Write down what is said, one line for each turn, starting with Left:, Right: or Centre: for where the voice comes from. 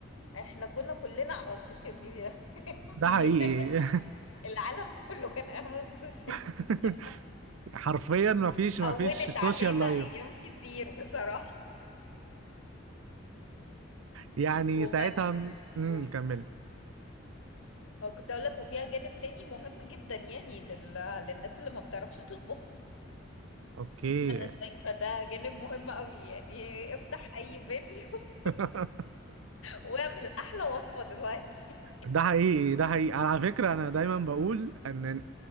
Left: احنا كنا كلنا على السوشيال ميديا <laughs>
Right: ده
Left: مين-
Right: حقيقي
Left: العالم كله كان قاعد على السوشيال
Right: <laughs>
Left: ميديا
Right: حرفيا ما فيش ما
Left: هونت
Right: فيش سوشيال
Left: علينا
Right: لايف
Left: ايام كتير بصراحة
Right: يعني
Left: وبعد
Right: ساعتها امم
Left: قول
Right: كملي
Left: أه، كنت اقول لك وفيها جانب تاني مهم جدا يعني لل... للناس اللي ما بتعرفش تطبخ
Right: اوكي
Left: انا شايفة ده جانب مهم قوي يعني افتح اي فيديو
Right: <laughs>
Left: واعمل احلى وصفة دلوقتي
Right: ده حقيقي ده حقيقي على فكرة أنا دايما بقول إن